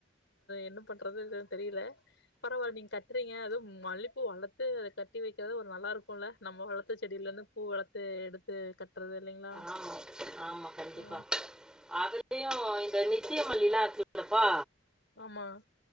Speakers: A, on the left; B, in the centre.
A: என்ன பண்றதுனு தெரியல பரவலா நீங்க கட்றிங்க அதுவும் மல்லிப்பூ வளர்த்து கட்டி வைக்கிறது ஒரு நல்லா இருக்கும்ல நம்ம வளர்த்த செடியில இருந்து பூ இத எடுத்து கட்டுறது இல்லைங்களா
B: ஆமா, ஆமா கண்டிப்பா
A: ஆ
B: அதுலயும் இந்த நித்தயமல்லி இருக்குல ஏப்பா
A: ஆமா